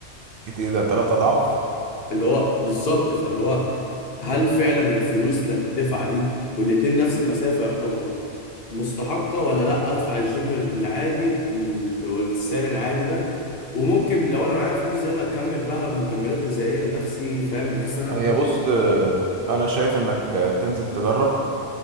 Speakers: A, on the right; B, on the left.
A: كتير ده تلات اضعاف
B: اللي هو بالظبط فاللي هو هل فعلا الفلوس اللي هتدفع دي والاتنين نفس المسافه يعتبر مستحقة ولا لا ادفع الجيم العادي اللي هو السعر العادي ده وممكن لو انا معايا فلوس زيادة اكمل بقى مكملات غذائية لنفسي فاهم بحيث إن انا
A: هي بص آه، انا شايف انك آه، تنزل تجرب